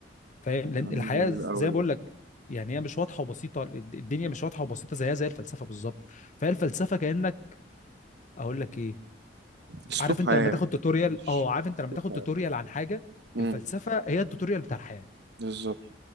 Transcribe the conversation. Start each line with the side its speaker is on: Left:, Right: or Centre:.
Left: فاهم لان
Right: كلام
Left: الحياه
Right: جميل
Left: زي
Right: أوي
Left: ما بقول لك يعني هي مش واضحه وبسيطه الد- الدنيا مش واضحه وبسيطه زيها زي الفلسفه بالظبط فهي الفلسفه كانك اقول لك ايه
Right: أسلوب
Left: عارف انت
Right: حياة
Left: لما تاخد توتوريال
Right: مش
Left: اه عارف انت
Right: أسلوب
Left: لما تاخد
Right: حياة.
Left: توتوريال عن حاجه
Right: امم
Left: الفلسفه هي التوتوريال بتاع الحياه
Right: بالظبط